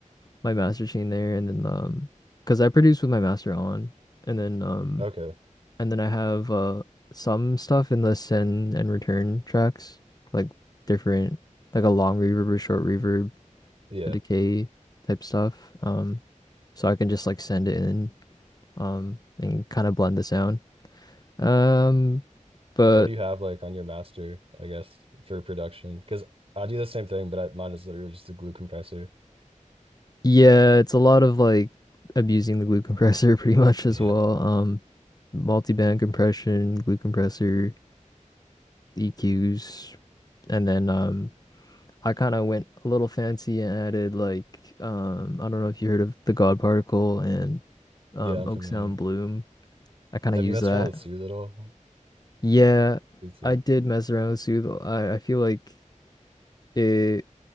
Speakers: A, on the left (about 30°); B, on the right (about 45°).
A: my master machine there, and then um, because I produce with my master on, and then um.
B: Okay.
A: And then I have uh some stuff in the send and return tracks, like different, like a long reverb or short reverb,
B: Yeah.
A: a decay type stuff. Um, so I can just like send it in, um, and kind of blend the sound. Um, but
B: What do you have like on your master, I guess, for production? Because I do the same thing, but I, mine is literally just a glue compressor. <laughs>
A: yeah, it's a lot of like abusing the glue compressor <laughs> pretty much as
B: Yeah.
A: well. Um, multi-band compression, glue compressor, EQs, and then um I kind of went a little fancy and added like um I don't know if you heard of the God Particle and um
B: Yeah, I'm
A: Oak
B: familiar.
A: Sound Bloom. I kind
B: Have
A: of use
B: you messed
A: that.
B: around with Sue at all?
A: Yeah,
B: Me too.
A: I did mess around with Sooth. I I feel like it